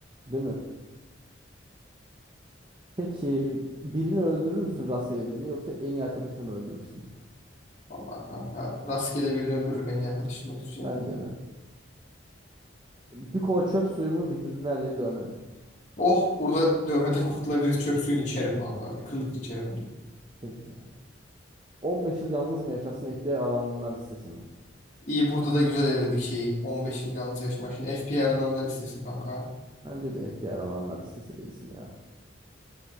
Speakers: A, on the right; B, on the left.
A: Değil mi? Peki birini öldürür müsün rastgele birini yoksa en iyi arkadaşını mı öldürürsün?
B: Vallahi kanka rastgele birini öldürürüm en iyi arkadaşımı öldüreceğim
A: Bence
B: ya.
A: de. Bir kova çöp suyu mu vücudun her yeri dövme mi?
B: Oh burada dövmeden <laughs> kurtulabiliriz. Çöp suyunu içerim kanka. Kırıl kırıl içerim hem de.
A: Keriz ya. 15 yıl yalnız mı yaşarsın FBI arananlar listesi mi?
B: İyi burada da güzel evledik şeyi. 15 yıl yalnız yaşama. Şimdi FBI'ye arananlar listesi kanka.
A: Bence de FBI arananlar listesi reisim ya.